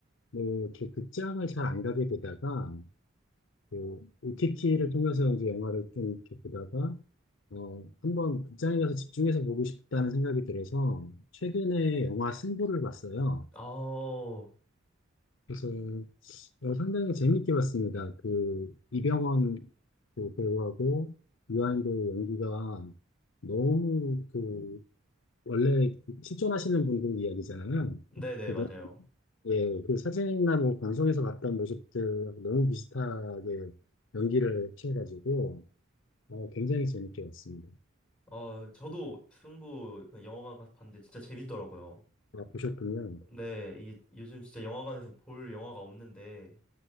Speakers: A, on the left (about 70°); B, in the centre.
A: 뭐 이렇게 극장을 잘 안 가게 되다가 그 OTT를 통해서 이제 영화를 좀 이렇게 보다가 어, 한번 극장에 가서 집중해서 보고 싶다는 생각이 들어서 최근에 영화 승부를 봤어요.
B: 아우,
A: 그래서 어, 상당히 재밌게 봤습니다. 그 이병헌 그 배우하고 유아인 배우 연기가 너무 그 원래 그 실존하시는 분들 이야기잖아요.
B: 네네,
A: 그래서
B: 맞아요.
A: 예, 그 사진이나 뭐 방송에서 봤던 모습들 너무 비슷하게 연기를 취해가지고 어, 굉장히 재밌게 봤습니다.
B: 어, 저도 승부 영화관 가서 봤는데 진짜 재밌더라고요.
A: 아, 보셨군요.
B: 네, 이 요즘 진짜 영화관에서 볼 영화가 없는데